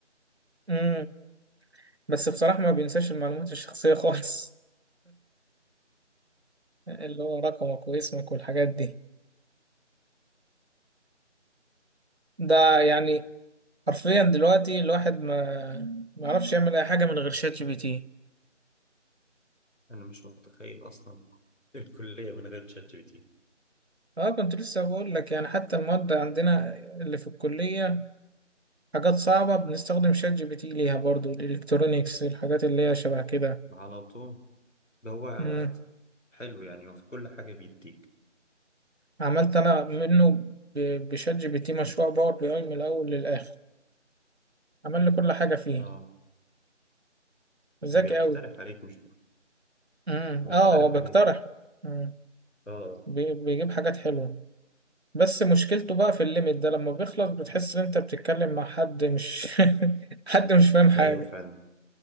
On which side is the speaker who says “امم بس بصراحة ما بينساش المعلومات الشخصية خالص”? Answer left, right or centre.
Right